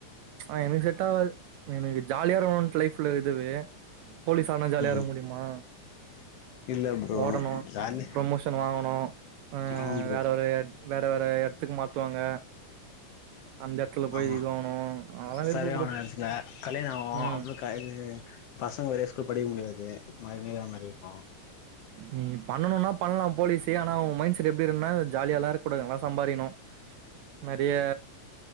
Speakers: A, on the right; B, on the left.
A: ஆனா எனக்கு செட்டாவாது எனக்கு ஜாலியாருக்கனுட்டு லைஃப் ப்ல இதுவே போலீஸ் ஆனா ஜாலியாருக்க
B: ம்
A: முடியுமா
B: இல்ல ப்ரோ
A: ஓடணு
B: ஜாலி
A: ப்ரமோஷன் வாங்கணு ஆ
B: ஆமா ப்ரோ
A: வேற ஒரே வேற வேற எட்த்துக்கு மாத்துவாங்க அந்த எடத்துல போய்
B: ஆமா
A: இதுவாகணு அதெல்லா வெறுப்பு
B: சரியானவு
A: ப்ரோ
B: எர்சுல கல்யாண ஆவு
A: ம்
B: அப்றொ க இது பசங்க ஒரே ஸ்கூல் படிக்க முடியாது மாரினேகுற மாரி இர்க்கோ
A: நீ பண்ணனுனா பண்லா போலீஸே ஆனா உ மைண்ஸ் துடு எப்டிருன்னா ஜாலியால்லா இருக் கூடாது நல்லா சம்பாரின் நோ நறையா